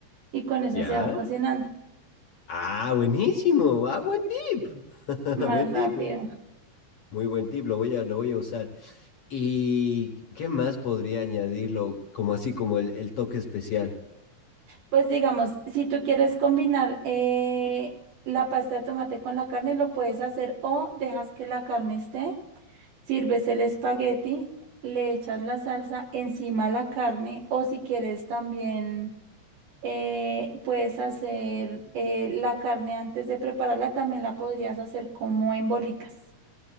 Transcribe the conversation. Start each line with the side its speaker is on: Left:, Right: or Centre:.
Right: y con eso
Left: ¿Ya?
Right: se va cocinando
Left: Ah, buenísimo. Ah, buen tip. <laughs>
Right: más
Left: Buen
Right: rápido.
Left: tip, buen- muy buen tip. Lo voy a, lo voy a usar. ¿Y qué más podría añadirlo? Como así, como el, el toque especial.
Right: Pues digamos, si tú quieres combinar eh, la pasta de tomate con la carne, lo puedes hacer o dejas que la carne esté, sirves el espagueti, le echas la salsa encima a la carne o si quieres también eh, puedes hacer eh, la carne antes de prepararla, también la podrías hacer como en bolitas.